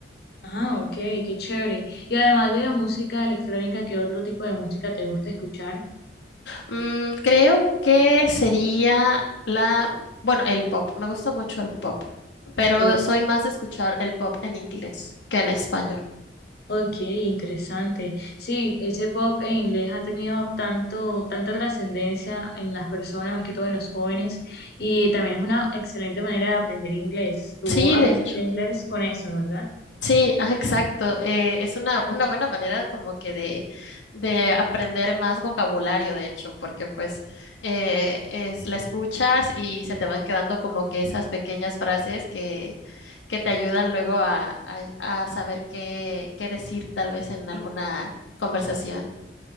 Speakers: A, on the left; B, on the left.
A: Ah, ok, qué chévere. Y además de la música electrónica, ¿qué otro tipo de música te gusta escuchar?
B: Mm, creo que sería la, bueno, el pop. Me gusta mucho el pop, pero
A: O-
B: soy más de escuchar el pop en inglés que en español.
A: ok, interesante. Sí, ese pop en inglés ha tenido tanto, tanta trascendencia en las personas, más que todo en los jóvenes, y también es una excelente manera de aprender inglés. Tú
B: Sí,
A: aprendiste
B: de hecho.
A: inglés con eso, ¿verdad?
B: Sí, ah, exacto. eh, es una, una buena manera como que de, de aprender más vocabulario, de hecho, porque pues eh, es, la escuchas y se te van quedando como que esas pequeñas frases que, que te ayudan luego a, a- a saber qué, qué decir tal vez en alguna conversación.